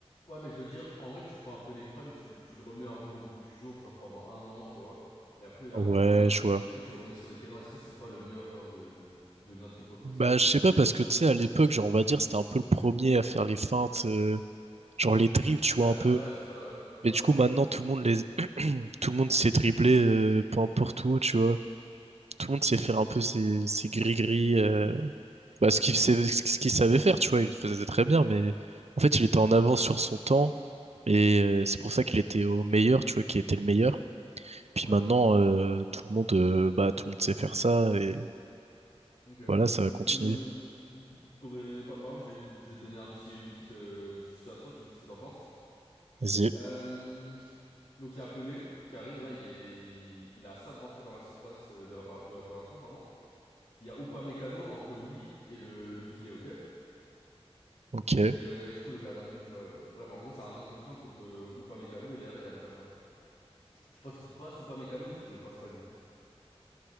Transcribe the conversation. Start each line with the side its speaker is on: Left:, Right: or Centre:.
Left: Ouais, mais je veux dire, en vrai, tu prends un peu les primes, tu, le- tu le remets un peu au goût du jour, genre pendant un an, tu vois. Et après,
Right: Ouais,
Left: après un an, une
Right: je
Left: fois
Right: vois.
Left: qu'il est prêt, tu le remets sur les terrains. Est-ce que ce serait pas le meilleur joueur de, de notre époque
Right: Bah,
Left: aussi?
Right: je sais pas, parce que tu sais, à l'époque, genre, on va dire, c'était un peu le premier à faire les feintes, euh, genre les dribbles, tu vois,
Left: Ouais,
Right: un peu.
Left: ouais, c'est ça, ouais.
Right: Mais
Left: Ouais,
Right: du
Left: ouais,
Right: coup,
Left: ouais.
Right: maintenant, tout le monde les... tout le monde sait dribbler, euh, peu importe où, tu vois. Tout le monde sait faire un peu ses, ses gris-gris, euh, bah, ce qu'il savait, ce qu'il savait
Left: Hmm.
Right: faire, tu vois. Il le faisait très bien, mais en fait, il était en avance sur son temps. Et euh, c'est pour ça qu'il était au meilleur, tu vois, qu'il était le meilleur. Puis
Left: Ouais,
Right: maintenant,
Left: non, mais c'est ça.
Right: euh, tout le monde, euh, bah, tout le monde sait faire ça. Et
Left: Ok.
Right: voilà, ça va
Left: Donc,
Right: continuer.
Left: tu t'aurais. Par par exemple, j'ai- je vais te donner un petit, une petite, euh, une petite situation, tu me dis ce que t'en penses.
Right: Vas-y.
Left: Euh, donc, il y a Pelé qui arrive, là, il est, il a ça de rentrer dans la surface euh, de, répar- de réparation, pardon. Il y a Upamecano entre lui et le, le filet, ok?
Right: Ok.
Left: Et, euh, et du coup, le gardien de but, tu vois. euh, bref, en gros, c'est un 1 contre 1 contre euh, Upamecano et derrière, il y a le gardien, tu vois. Tu penses qu'il passe Upamecano et qu'il le passe pas du tout.